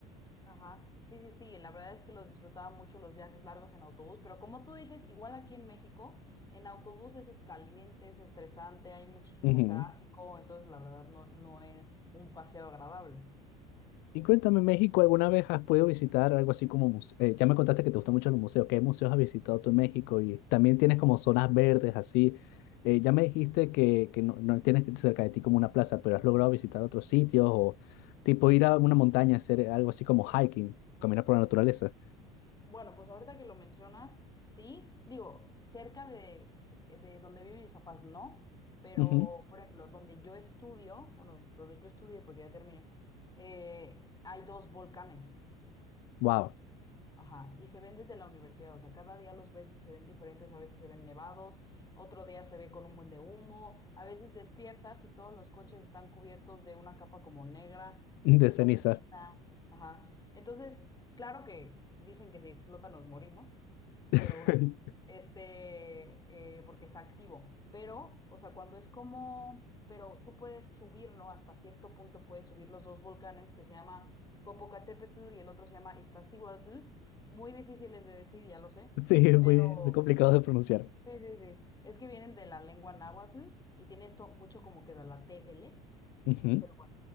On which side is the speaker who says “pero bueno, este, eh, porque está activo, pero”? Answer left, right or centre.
Left